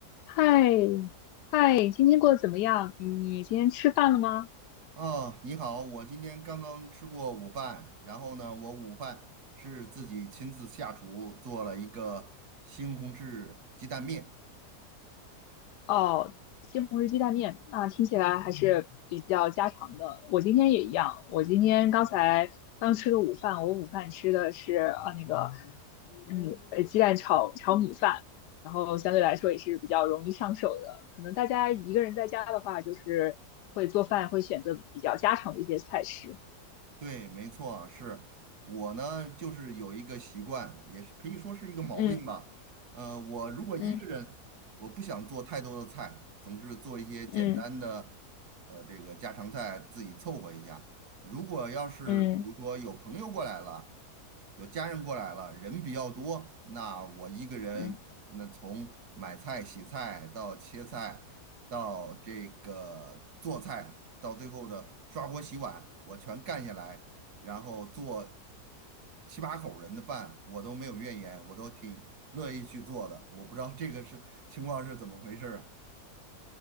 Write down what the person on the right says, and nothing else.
哦，你好，我今天刚刚吃过午饭，然后呢，我午饭是自己亲自下厨做了一个西红柿鸡蛋面。
对，没错，是我呢，就是有一个习惯，也是可以说是一个毛病吧。
呃，我如果一个人，
我不想做太多的菜，总是做一些简单的，
呃，这个家常菜自己凑合一下。如果要是比如说有朋友过来了，
有家人过来了，人比较多，那我一个人，
那从买菜、洗菜到切菜，到这个做菜，到最后的刷锅洗碗，我全干下来，然后做七八口人的饭，我都没有怨言，我都挺乐意去做的。我不知道这个是情况是怎么回事儿啊。